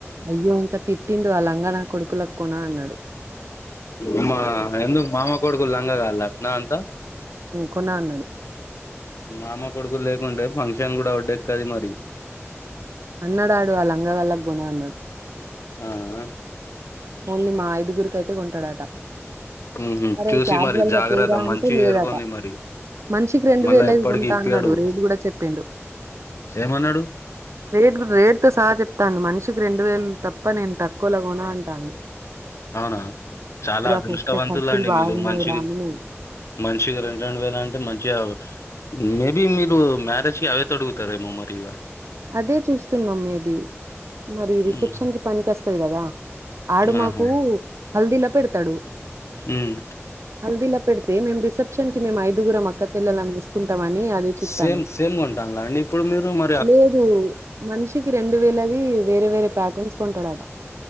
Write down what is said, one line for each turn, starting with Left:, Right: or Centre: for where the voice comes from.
Right: అయ్యో ఇంకా తిట్టిండు అ లంగానా కొడుకులకు కోనా అన్నాడు.
Left: అమ్మా ఎందుకు మామ కొడుకులు లాన్గగాల్త్నా అంత.
Right: కొన అన్నాడు.
Left: మామ కొడుకులు లేకుంటే ఫంక్షన్ కూడా ఒడ్డు ఎక్కది మరి
Right: అన్నాడు ఆడు ఆ లంగ గళ్ళకు కోన అన్నాడు.
Left: ఆ ఆ
Right: ఓన్లీ మా ఐదుగురికైతే కొంటాడట
Left: మ్ హు
Right: "అరే!
Left: చూసి
Right: క్యాజువల్‌గా
Left: మరి జాగ్రత్త
Right: తేరా" అంటే
Left: మంచియి
Right: లేదట.
Left: ఎరుకొండి మరి
Right: మనిషికి
Left: మళ్ళా ఎప్పటికి
Right: కొంటా
Left: ఇప్పియ్యడు
Right: అన్నాడు. రేట్ గూడా చెప్పిండు.
Left: ఏమన్నాడు
Right: రేట్ రేటు తో సహా చెప్తాండు మనిషికి రెండు వేలు తప్ప నేను తక్కువలా కోన అంటండు
Left: అవునా చాలా అదృష్టవంతుల
Right: ఫస్టే ఖర్చులు
Left: అండి
Right: బాగున్నాయిరా
Left: మీలు మంచి
Right: అని మేం.
Left: మంచిగా రెండు రెండు వేలు అంటే మంచిగా మేబి మీరు మ్యారేజ్ కి అవే తొడుగుతారెమో మరి ఇగ
Right: అదే చూస్తున్నాం మేబి మరి రిసెప్షన్
Left: హ్మ్.
Right: కి పనికోస్తది కదా ఆడు మాకు
Left: ఆహా
Right: హల్దీలా పెడుతాడు
Left: హ్మ్.
Right: హల్దీలో పెడితే మేము రిసెప్షన్ కి మేము ఐదుగురమక్క చెల్లలం వేసుకుంటమని అది చూత్తాన్నం.
Left: సేమ్ సేమ్ కొంటాల్లా అండి ఇప్పుడు మీరు మర్
Right: లేదు మనిషికి రెండు వేలది వేరే వేరే ప్యాటర్న్స్ కొంటాడట